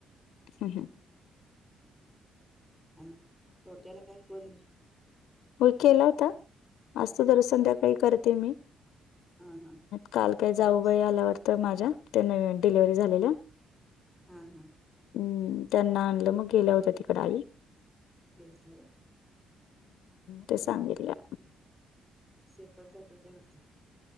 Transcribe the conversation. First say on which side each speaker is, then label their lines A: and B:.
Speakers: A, on the left (about 80°); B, in the centre.
A: हम्म
B: आणि त्या्याला काय क नई
A: होय केला होता असतो तर संध्याकाळी करते मी
B: हा हा
A: काल काही जाऊबाई
B: दररोज
A: आल्या वाटत माझ्या त्यानां डिलिव्हरी झालेल
B: हा हा
A: हम्म त्यांना आणलं मग गेला होत तिकड आई्
B: गेलते
A: ते सांगितल्या
B: शेतात जातं त्या वाटत